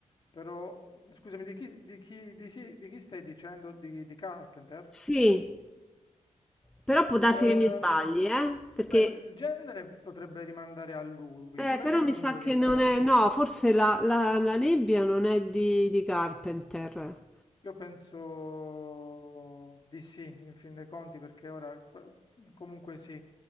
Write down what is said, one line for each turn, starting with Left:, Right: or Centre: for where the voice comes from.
Left: però scusami, di chi, di chi- di si- di chi stai dicendo? Di, di Carpenter?
Centre: Sì, però può darsi
Left: Eh,
Centre: che mi sbagli, eh? Perché,
Left: beh, il genere potrebbe rimandare a lui,
Centre: eh,
Left: penso
Centre: però mi
Left: comunque
Centre: sa che
Left: che sia
Centre: non
Left: suo.
Centre: è, no, forse la, la- la nebbia non è di, di Carpenter.
Left: Io penso di sì, in fin dei conti, perché ora fa- comunque sì,